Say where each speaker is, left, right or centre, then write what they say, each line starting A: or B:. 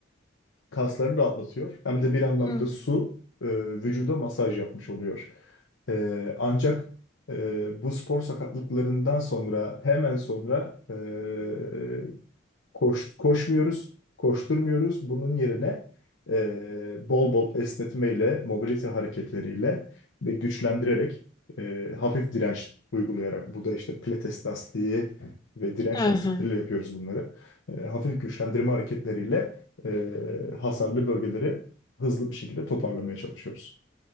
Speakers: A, on the left; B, on the left.
A: kasları rahatlatıyor hem de bir anlamda
B: Hımm.
A: su e, vücuda masaj yapmış oluyor. E, ancak e, bu spor sakatlıklarından sonra hemen sonra e, Koş, koşmuyoruz, koşturmuyoruz. Bunun yerine e, bol bol esnetmeyle, mobilite hareketleriyle ve güçlendirerek e, hafif direnç uygulayarak, bu da işte pilates lastiği ve direnç
B: He
A: lastikleriyle
B: he.
A: yapıyoruz bunları. E, hafif güçlendirme hareketleriyle e, hasarlı bölgeleri hızlı bir şekilde toparlamaya çalışıyoruz.